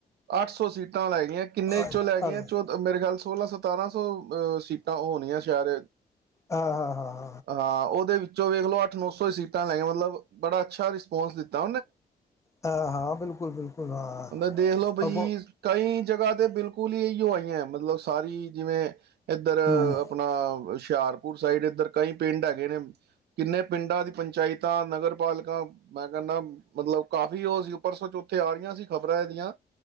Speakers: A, on the right (about 80°); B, on the left (about 20°).
A: ਅੱਠ ਸੌ ਸੀਟਾਂ ਲੈ ਗਈਆਂ ਕਿੰਨੇ
B: ਆ
A: ਚੋਂ ਲੈ
B: ਆ
A: ਗਈਆਂ
B: ਆ
A: ਚ ਮੇਰੇ ਖਲ ਸੋਲਾਂ ਸਤਾਰਾਂ ਸੌ ਅਹ ਤਾਂ ਹੋ ਨ ਆ ਸ਼ਹਿਰ
B: ਹਾਂ ਹਾਂ ਹਾਂ
A: ਹਾਂ ਉਹਦੇ ਵਿੱਚੋਂ ਵੇਖ ਲੋ ਸੀਟਾਂ ਲੈਆਂ ਮਤਲਬ ਬੜਾ ਅੱਛਾ ਰਿਸਪਾਂਸ ਦਿੱਤਾ
B: ਹਾਂ ਹਾਂ ਬਿਲਕੁਲ ਬਿਲਕੁਲ ਹਾਂ
A: ਉਹਦਾ ਦੇਖ ਲਓ ਬਈ
B: ਅੱਗੋਂ
A: ਕਈ ਜਗ੍ਹਾ ਤੇ ਬਿਲਕੁ ਬਿਲਕੁਲ ਹੀ ਇਹੀ ਹੋ ਆਈਆਂ ਮਤਲਬ ਸਾਰੀ ਜਿਵੇਂ ਇੱਧਰ
B: ਹਮ,
A: ਆਪਣਾ ਹੁਸ਼ਿਆਪੁਰ ਸਡ ਇੱਧਰ ਕਈ ਪਿੰਡ ਹੈਗੇ ਨੇ ਕਿੰਨੇ ਪਿੰਡਾਂ ਦੀ ਪੰਚਾਇਤਾਂ ਨਗਰ ਪਾਲਕਾਂ ਮੈਂ ਕਰ ਮਤਲਬ ਕਾਫੀ ਉਹ ਸੀ ਉੱਪਰ ਸ ਤਿਆਰੀਆਂ ਸੀ ਖ਼ਬਰਾਂ ਇਹਦੀਆਂ